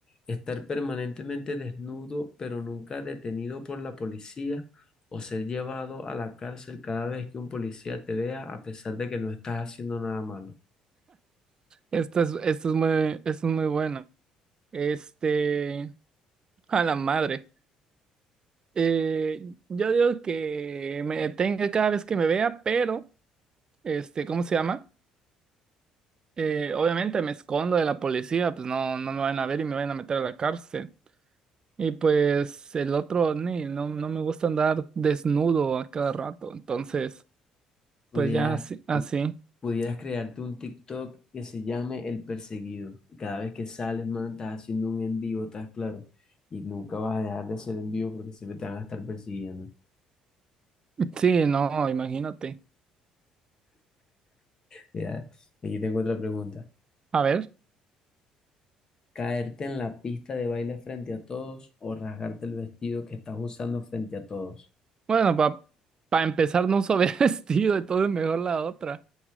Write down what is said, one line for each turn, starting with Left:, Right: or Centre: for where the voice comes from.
Left: Estar permanentemente desnudo, pero nunca detenido por la policía, o ser llevado a la cárcel cada vez que un policía te vea, a pesar de que no estás haciendo nada malo.
Right: Esto es, esto es muy, esto es muy bueno. Este, a la madre. Eh, yo digo que me detenga cada vez que me vea, pero, este, ¿cómo se llama? Eh, obviamente me escondo de la policía, pues no, no me van a ver y me van a meter a la cárcel. Y pues el otro, ni, no, no me gusta andar desnudo a cada rato. Entonces,
Left: Pudieras,
Right: pues ya así, así.
Left: pu- pudieras crearte un TikTok que se llame El Perseguido. Y cada vez que sales, man, estás haciendo un envío, estás claro. Y nunca vas a dejar de hacer envío porque siempre te van a estar persiguiendo.
Right: Sí, no, imagínate.
Left: Mira, aquí tengo otra pregunta.
Right: A ver.
Left: ¿Caerte en la pista de baile frente a todos o rasgarte el vestido que estás usando frente a todos?
Right: Bueno, para empezar no uso <laughs> vestido, entonces mejor la otra.